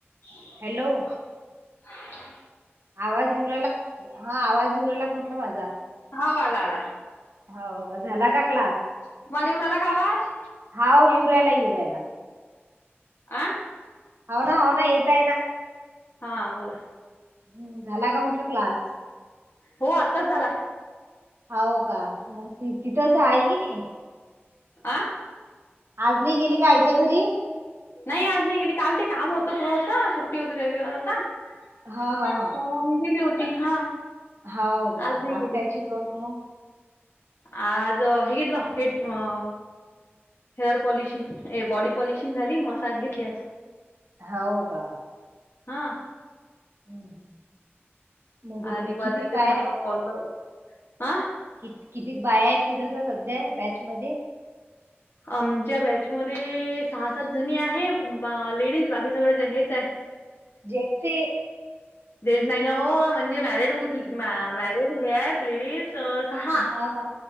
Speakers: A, on the left (about 70°); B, on the right (about 75°).
A: शू ह
B: hello
A: हा <unintelligible>
B: आवाज इवूरायला हा आवाज इवूरायला का म्हणटलं माझा
A: हो आला आला.
B: हाव का झाला का क्लास
A: तुम्हाला येऊ राहिला का आवाज
B: हाव येवु राहायला येवु राहायला
A: आं?
B: हावना हावना येताय ना.
A: हा बोला.
B: हो झाला का म्हटलं क्लास?
A: हो आत्ताच झाला
B: हाव का मग ती तिथंच आहे की नाही
A: आं
B: आज नाही गेली का आईच्या घरी?
A: नाही आज नाही गेली काल ते काम होतं थोडस सुट्टी होती रविवार होता
B: हा
A: परवानगी
B: हा
A: दिली होती हा.
B: हो का
A: आज नाही
B: आजकाय
A: गेली
B: शिकवल मग?
A: आज हे घेतलं हे अ हेअर पॉलिशिंग ए बॉडी पॉलिशिंग झाली मसाज घेतलीयास
B: हो का?
A: हां.
B: हम् मगुठं
A: दीपाला
B: किती
A: इथे
B: पाया
A: म्हटलं
B: <unintelligible>
A: कॉल करु, आं?
B: कि किती बाया आहेत तिथस सध्या बॅचमध्ये
A: आमच्या बॅचमध्ये सहा सात जणी आहे लेडीज बाकी सगळं हेच आहे.
B: जेन्टसे
A: जेन्ट्स नाही ना म्हणजे मॅरिड मुली मॅरिड हे आहेत लेडीज सहा
B: हा हा